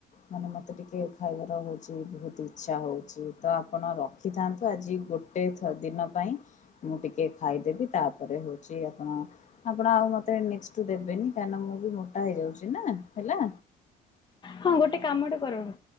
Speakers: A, on the left; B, on the left.
A: ମାନେ ମୋତେ ଟିକେ ଖାଇବାର ହଉଚି ବହୁତ ଇଚ୍ଛା ହଉଚି। ତ ଆପଣ ରଖିଥାନ୍ତୁ ଆଜି ଗୋ ଟେ ଥ ଦିନ ପାଇଁ ମୁଁ ଟିକେ ଖାଇଦେବି ତା ପରେ ହଉଚି ଆପଣ ଆପଣ ଆଉ ମୋତେ ନେକ୍ସଟ୍ କୁ ଦେବେନି କାହିଁକିନା ମୁଁ ବି ମୋଟା ହେଇଯାଉଚି ନା ହେଲା।
B: ହଁ ଗୋଟେ କାମଟେ କରନ,